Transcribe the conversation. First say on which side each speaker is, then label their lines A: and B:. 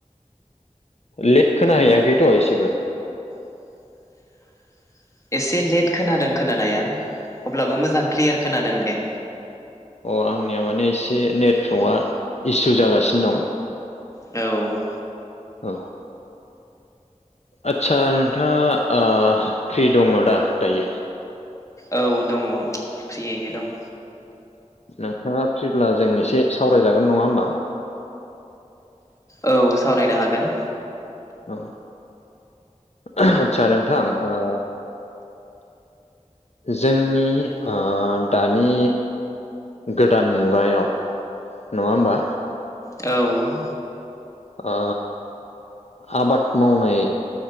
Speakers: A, on the left; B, on the left.
A: लेट खोना हैयाखैथ' एसेबो
B: <unintelligible> एसे लेट खोनादों खोनानाया अब्लाबो मोजां क्लियार खोनादों दे।
A: अ आंनिया माने एसे नेट्रकआ इसु जागासिनो दं
B: औ
A: औ आतसा नोंथांङा ओ फ्रि दंङ दा दायो?
B: औ दंङ फ्रियैनो दं
A: नोंथांङा फ्रिब्ला जों एसे सावरायजागोन नंङा होमबा
B: औ सावरायनो हागोन
A: औ आतसा नोंथां ओ जोंनि ओ दानि गोदान मुगायाव नंङा होमबा
B: औ
A: ओ आबाद मावनाय